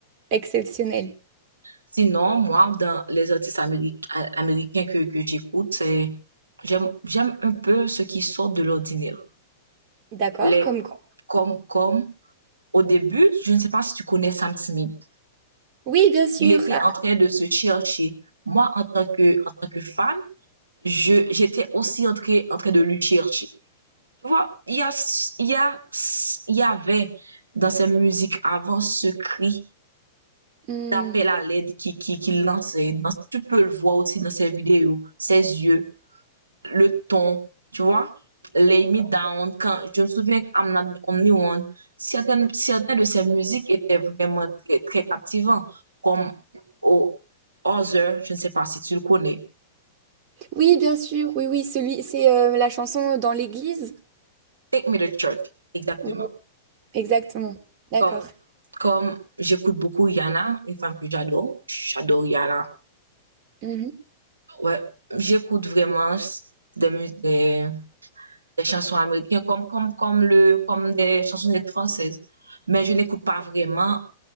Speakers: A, on the right (about 40°); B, on the right (about 80°).
A: Exceptionnel.
B: Sinon, moi, dans les artistes améri- a- américains que, que j'écoute, c'est, j'aime, j'aime un peu ce qui sort de l'ordinaire.
A: D'accord,
B: Les,
A: comme quoi.
B: comme, comme, au début, je ne sais pas si tu connais Sam Smith.
A: Oui, bien sûr.
B: Il était
A: Ah,
B: en train de se chercher. Moi, en tant que, en tant que fan, je, j'étais aussi en train, en train de lui chercher. Tu vois, il y a, il y a, il y avait dans ses musiques avant ce cri
A: hmm.
B: d'appel à l'aide qui, qui, qui lance. dans- tu peux le voir aussi dans ses vidéos, ses yeux, le ton, tu vois. Lay Me Down, quand, je me souviens que I'm Not the Only One, certaines, certaines de ses musiques étaient vraiment très, très captivantes, comme oh, Other, je ne sais pas si tu le connais.
A: Oui, bien sûr. Oui, oui, celui, c'est euh, la chanson dans l'église.
B: Take Me to Church, exactement.
A: Ouais, exactement. D'accord.
B: Comme, comme j'écoute beaucoup Yana, une femme que j'adore, j'adore Yana.
A: Mhm.
B: Ouais, j'écoute vraiment des musiques des chansons américaines comme comme comme le comme des chansonnettes françaises. Mais je n'écoute pas vraiment